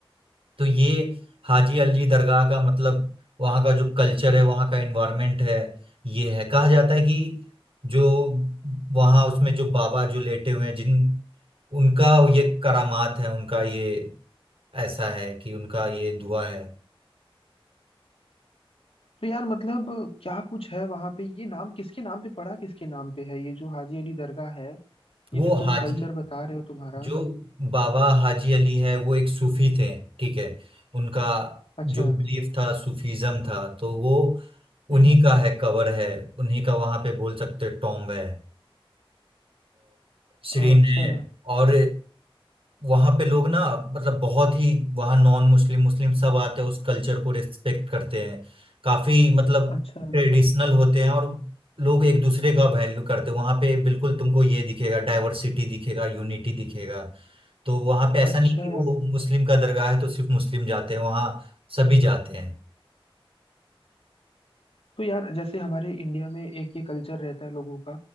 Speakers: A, on the right; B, on the left.
A: तो ये हाजी अलजी दरगाह का मतलब वहाँ का जो कल्चर है वहाँ का एनवायरनमेंट है ये है कहा जाता है कि जो वहाँ उसमें जो बाबा जो लेटे हुए हैं जिन उनका ये करामात है उनका ये ऐसा है कि उनका ये दुआ है
B: तो यार मतलब क्या कुछ है वहाँ पे ये नाम किसके नाम पे पड़ा किसके नाम पे है ये जो हाजी अली दरगाह है ये
A: वो
B: जो तुम
A: हाजी
B: कल्चर बता रहे हो तुम्हारा
A: जो बाबा हाजी अली है वो एक सूफी थे ठीक है उनका
B: अच्छा
A: जो बिलीफ था सूफीज्म था तो वो
B: हम्म
A: उन्हीं
B: हम्म
A: का है कवर है उन्हीं का वहां पे बोल सकते टॉम्ब है सीरीन
B: अच्छा
A: है और वहां पे लोग ना मतलब बहुत ही वहाँ नॉन मुस्लिम मुस्लिम सब आते हैं उस कल्चर को रिस्पेक्ट करते हैं काफी मतलब
B: अच्छा
A: ट्रेडिशनल होते हैं और लोग एक दूसरे का वैल्यू करते हैं वहां पे बिल्कुल तुमको ये दिखेगा डाइवर्सिटी दिखेगा यूनिटी दिखेगा तो वहां पे ऐसा
B: अच्छा
A: नहीं कि वो मुस्लिम का दरगाह है तो सिर्फ मुस्लिम जाते हैं वहाँ सभी जाते हैं
B: तो यार जैसे हमारे इंडिया में एक ये कल्चर रहता है लोगों का